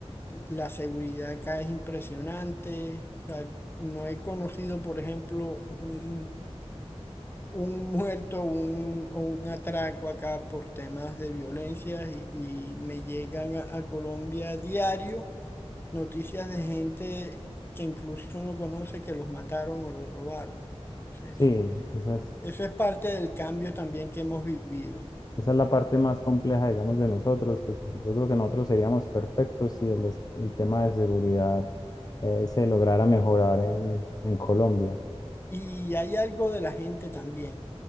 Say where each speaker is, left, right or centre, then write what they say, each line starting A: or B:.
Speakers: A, on the left; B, on the left.
A: la seguridad acá es impresionante. O sea, no he conocido, por ejemplo, un, un muerto o un, o un atraco acá por temas de violencia y, y me llegan a a Colombia a diario noticias de gente que incluso uno conoce que los mataron o los robaron. Entonces,
B: Sí, esa es,
A: eso es parte del cambio también que hemos vivido.
B: esa es la parte más compleja, digamos, de nosotros, que sí, yo creo que nosotros seríamos perfectos si el, es- el tema de seguridad eh, se lograra mejorar en, en Colombia.
A: Y hay algo de la gente también.